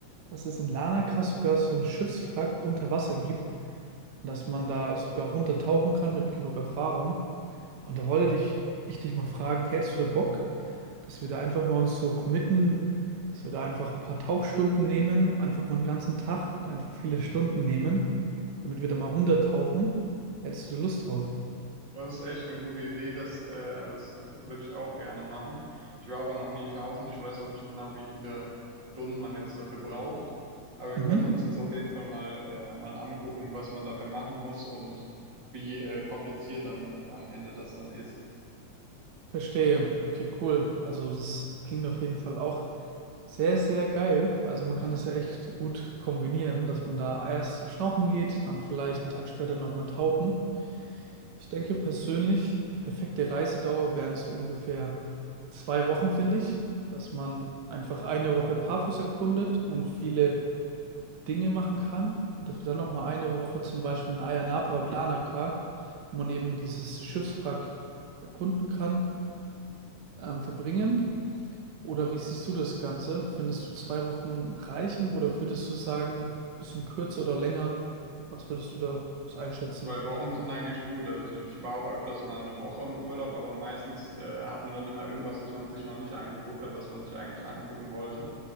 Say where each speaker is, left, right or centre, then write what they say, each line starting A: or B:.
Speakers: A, on the right; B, on the right.
A: dass es in Larnaca sogar so ein Schiffswrack unter Wasser gibt und dass man da sogar runtertauchen kann mit genug Erfahrung. Und da wollte dich, ich dich mal fragen, hättest du da Bock, dass wir da einfach mal uns so committen, dass wir da einfach ein paar Tauchstunden nehmen, einfach mal einen ganzen Tag, einfach viele Stunden nehmen, damit wir da mal runtertauchen? Hättest du da Lust drauf?
B: Das ist echt eine gute Idee, das, äh, das würde ich auch gerne machen. Ich war aber noch nie tauchen, ich weiß auch nicht genau, wie viele Stunden man jetzt dafür braucht, aber wir
A: Mhm.
B: können uns das auf jeden Fall mal, äh, mal angucken, was man dafür machen muss und wie äh, kompliziert am, am Ende das dann ist.
A: Verstehe. Okay, cool. Also das klingt auf jeden Fall auch sehr, sehr geil. Also man kann das ja echt gut kombinieren, dass man da erst schnorcheln geht, dann vielleicht einen Tag später nochmal tauchen. Ich denke persönlich, die perfekte Reisedauer wären so ungefähr zwei Wochen, finde ich, dass man einfach eine Woche Paphos erkundet und viele Dinge machen kann. Und dass wir dann nochmal eine Woche zum Beispiel in Ayia Napa und Larnaca, wo man eben dieses Schiffswrack erkunden kann, ähm, verbringen. Oder wie siehst du das Ganze? Findest du zwei Wochen reichen oder würdest du sagen, bisschen kürzer oder länger? Was würdest du da so einschätzen?
B: Zwei Wochen sind eigentlich gut. Also ich war auch öfters mal eine Woche im Urlaub, aber meistens äh, hat man dann immer irgendwas, was man sich noch nicht angeguckt hat, was man sich eigentlich angucken wollte.